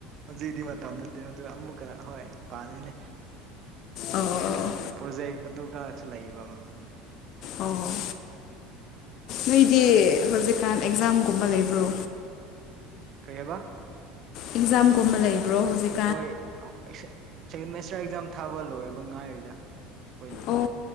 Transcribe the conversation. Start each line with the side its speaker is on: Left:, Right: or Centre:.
Right: ꯍꯧꯖꯤꯛꯗꯤ ꯃꯇꯝ ꯅꯠꯇꯦ ꯑꯗꯨ ꯑꯃꯨꯛꯀ ꯍꯣꯏ ꯄꯥꯗꯣꯏꯅꯦ
Left: ꯑꯧ
Right: ꯄ꯭ꯔꯣꯖꯦꯛ ꯑꯗꯨꯒ ꯀꯁꯨ ꯂꯩꯌꯦꯕ ꯎꯝ
Left: ꯑꯧ ꯑꯧ ꯑꯣ ꯅꯣꯏꯗꯤ ꯍꯧꯖꯤꯛꯀꯥꯟ ꯑꯦꯛꯖꯥꯝꯒꯨꯝꯕ ꯂꯩꯕ꯭ꯔꯣ
Right: ꯀꯔꯤꯌꯦꯕ
Left: ꯑꯦꯛꯖꯥꯝꯒꯨꯝꯕ ꯂꯩꯕ꯭ꯔꯣ ꯍꯧꯖꯤꯛ
Right: ꯑꯩꯈꯣꯏꯦꯃꯦꯁꯇ꯭ꯔ ꯑꯦꯛꯖꯥꯝ ꯊꯥꯕ ꯂꯣꯏꯕ ꯉꯥꯏꯔꯤꯗ ꯑꯩꯈꯣꯏꯗꯤ
Left: ꯑꯣ